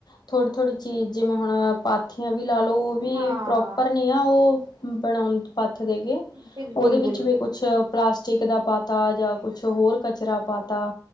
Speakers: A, on the left (about 65°); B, on the right (about 65°).
A: ਥੋੜ੍ਹੀ-ਥੋੜ੍ਹੀ ਜਿਵੇਂ ਹੁਣ ਪਾਥੀ ਥੀਆਂ ਵੀ ਲਾਲੋ ਓਵੀ
B: ਹਾਂ
A: ਪ੍ਰੋਪਰ ਨੀ ਆ ਓ ਬਣਾਉਣਦ ਪੱਥਦੇ ਗੇ।
B: ਬਿਲਕੁਲ
A: ਓਦੇ
B: ਬਿਲਕੁਲ
A: ਵਿੱਚ ਵੀ ਕੁਛ ਪਲਾਸਟਿਕ ਦਾ ਪਾਤਾ ਜਾਂ ਕੁਛ ਹੋਰ ਕਚਰਾ ਪਾਤਾ।